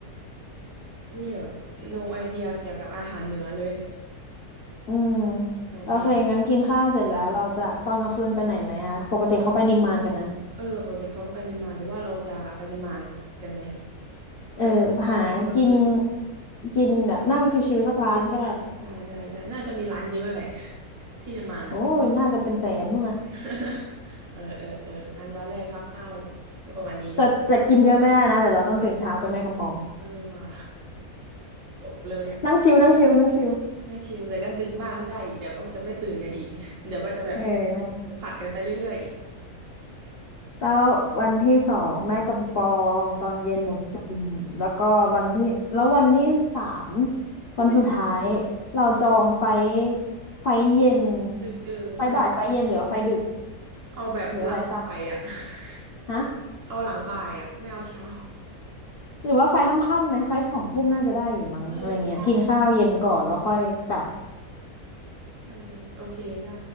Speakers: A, on the right; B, on the left.
A: นี่แบบ no idea เกี่ยวกับอาหารเหนือเลย
B: อืม
A: โอเค
B: โอเคงั้นกินข้าวเสร็จแล้วเราจะตอนกลางคืนไปไหนไหมอะปกติเขาไปนิมมานกันนะ
A: เออปกติเขาก็ไปนิมมานหรือว่าเราจะไปนิมมานกันไหม
B: เออหากิน
A: ไปว่างไว้ก็คือ
B: กินแบบนั่งชิวๆสักร้านก็ได้
A: ดูร้านได้ได้ได้น่าจะมีร้านเยอะแหละ <laughs> ที่นิมมานอ่ะ
B: โอ้ยน่าจะเป็นแสนนู่นน่ะ
A: <laughs> เออเออเอออันวันแรกคร่าวๆก็ประมาณนี้เนาะ
B: แต่แต่กินเยอะไม่ได้นะเดี๋ยวเราต้องตื่นเช้าไปแม่กำปอง
A: เออว่ะ <laughs> จบเลย
B: นั่งชิวนั่งชิวนั่งชิว
A: ไม่ชิลแต่ก็ดึกมากไม่ได้อีกเดี๋ยวก็จะไม่ตื่นกันอีก <laughs> เดี๋ยวก็จะแบบ
B: เออนั่ง
A: ผัดกันไปเรื่อยๆอีก
B: แล้ววันที่สองแม่กำปองตอนเย็นหมูจุ่มแล้วก็วันที่แล้ววันที่สาม
A: เออก็จะ
B: วันสุดท้ายเราจองไฟไฟเย็น
A: เออไฟ
B: ไฟบ่ายไฟเย็นหรือว่าไฟดึก
A: เอาแบบหลังบ่ายอ่ะ
B: หรือว่าไฟทค่
A: <laughs>
B: ำฮะ
A: เอาหลังบ่ายอ่ะไม่เอาเช้า
B: หรือว่าไฟทค่ำๆไหมไฟสองทุ่มน่าจะได้อยู่มั้งอะไรเงี้ยกินข้าวเย็นก่อนแล้วค่อยกลับ
A: เออได้ใช่โอเคได้